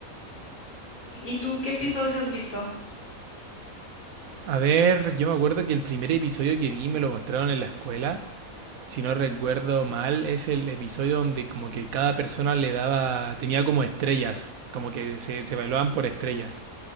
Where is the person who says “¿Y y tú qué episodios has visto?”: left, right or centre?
Left